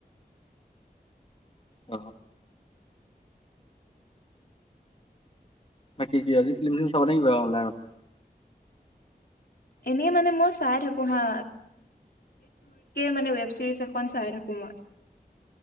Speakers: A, on the left (about 35°); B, on the left (about 75°).
A: অ বাকী কিয়াজি ফিলিম নি চাবা অনলাইনত।
B: এনে মানে মই চাই থাকোঁ হা মানে ৱেব চিৰিজ এখন চাই থাকোঁ মই।